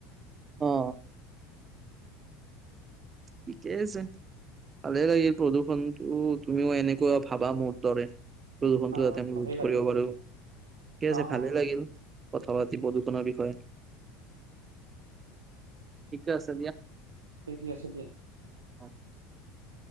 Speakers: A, on the right; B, on the right.
A: অ। ঠিকে আছে। ভালে লাগিল প্ৰদু ত' তুমিও এনেকুৱা ভাবা মোৰ দৰে, প্ৰদূষনটো
B: অ
A: যাতে আমি
B: ভালেই
A: ৰোধ
B: লাগিল
A: কৰিব পাৰো। ঠিকে
B: অ
A: আছে ভালেই
B: অ অ
A: লাগিল, কথা পাতি প্ৰদূষণৰ বিষয়ে। ঠিকে আছে
B: ঠিকে আছে দিয়া।
A: হয়।